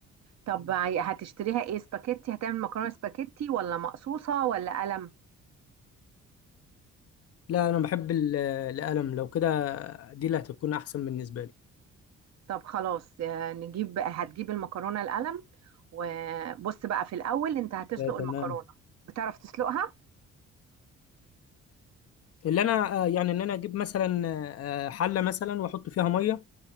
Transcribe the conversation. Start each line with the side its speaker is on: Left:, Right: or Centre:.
Right: طب هتشتريها ايه سباكيتي هتعمل مكرونه سباكيتي ولا مقصوصه ولا قلم؟
Left: لا انا بحب ال- القلم لو كده دي اللي هتكون احسن بالنسبه لي
Right: طب خلاص آه، نجيب هتجيب المكرونة القلم وبص بقى في الأول أنت هتسلق
Left: آه،
Right: المكرونة
Left: تمام
Right: بتعرف تسلقها؟
Left: اللي انا آه، يعني ان انا اجيب مثلا آه، آه، حله مثلا واحط فيها ميه